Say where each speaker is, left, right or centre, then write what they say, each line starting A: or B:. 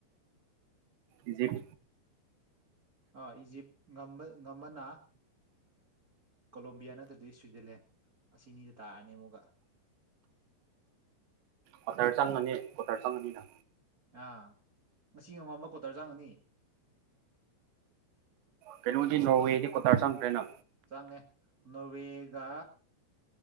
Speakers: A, on the right (about 85°); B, on the right (about 35°).
A: ꯏꯖꯤꯞ
B: ꯑ ꯏꯖꯤꯞꯇ ꯉꯝꯃꯅ ꯀꯣꯂꯣꯕꯤꯌꯥ ꯅꯠꯇ꯭ꯔꯗꯤ ꯁ꯭ꯋꯤꯖꯔꯂꯦꯟ ꯑꯁꯤꯅꯤꯗ ꯇꯥꯔꯅꯤ ꯑꯃꯨꯛꯒ
A: ꯑꯣꯇꯔ ꯆꯪꯉꯅꯤ ꯑꯣꯇꯔ ꯆꯪꯉꯅꯤꯅ
B: ꯑꯥ ꯉꯁꯤ ꯉꯣꯡꯉꯝꯕ ꯀꯣꯇꯔꯖꯥꯡꯅꯤ ꯆꯥꯡꯉꯥꯅꯤ
A: ꯀꯩꯅꯣꯗꯤ ꯅꯣꯔꯋꯦꯗꯤ ꯀꯣꯇꯥꯔ ꯆꯪꯗ꯭ꯔꯦꯅ
B: ꯆꯥꯡꯉꯦ ꯅꯋꯦꯒ